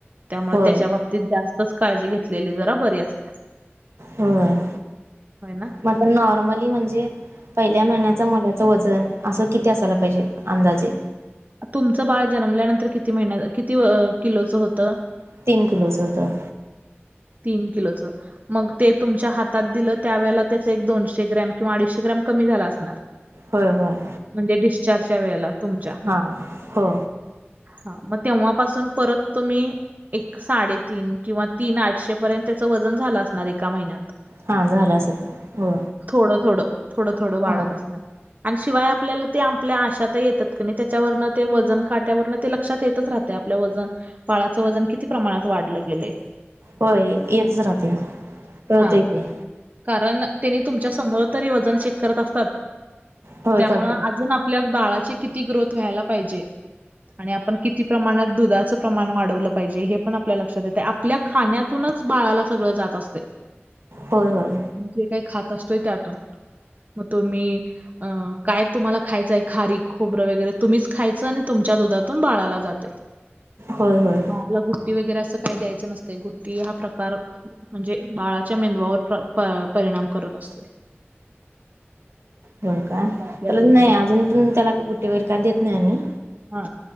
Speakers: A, on the right; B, on the right.
A: त्यामुळे
B: होय
A: त्याच्या बाबतीत जास्तच काळजी घेतलेली जरा बरी असत्या.
B: होय.
A: हो ना?
B: म आता नॉर्मली म्हणजे पहिल्या महिन्याच
A: हा
B: मुलाच वजन असं किती असायला पाहिजे? अंदाजे.
A: तुमचं बाळ जन्मल्यानंतर किती महिन्या किती अ -किलोच होतं?
B: तीन किलोच हुतं.
A: तीन किलोचं मग ते तुमच्या हातात दिलं त्यावेळेला त्याच एक दोनशे ग्रॅम किवा अडीशे ग्रॅम कमी झाल असणार.
B: होय होय.
A: म्हणजे डिस्चार्जच्या वेळेला, तुमच्या.
B: हा हो.
A: हा मग तेव्हापासून परत तुम्ही, एक साडेतीन किंवा तीन आठशे पर्यंत त्याच वजन झालं असणार एका महिन्यात.
B: हां झालं असेल ते हो
A: थोडं थोडं, थोडं थोडं वाढत
B: हां
A: असणार. आणि शिवाय आपल्याला ते आपल्या आश येतात क नाही त्याच्यावरन ते वजन काट्यावरन ते लक्षात येतच राहते. आपलं वजन बाळाचं वजन किती प्रमाणात वाढलं गेले.
B: होय येतच राहते कळत
A: हा
B: येते.
A: कारण त्यांनी तुमच्या समोर तरी वजन शेक करत असतात
B: होय
A: त्यामु
B: करतात
A: अजून आप लग बाळाची किती ग्रोथ व्हायला पाहिजे आणि आपण किती प्रमाणात दुधाचं प्रमाण वाढवलं पाहिजे हे पण आपल्या लक्षात येते. आपल्या खाण्यातूनच बाळाला सगळ जात असते.
B: हो होय.
A: जे काही खात असतोय त्यातून मग तुम्ही अं काय तुम्हाला खायचंय खारी खोबरं वगैरे तुम्हीच खायचं आणि तुमच्या दुधातून बाळाला जाते. <inaudible>
B: होय होय.
A: बाला गुट्टी वगैरे असं काही द्यायचं नसते गुट्टी हा प्रकार म्हणजेडळाच्या मेंदवावर परिणाम करत असते.
B: होळ काला
A: बाकी अजून
B: नाही
A: काय
B: अजून पण त्याला कुठे वैर काय देत नाही आम्ही
A: हा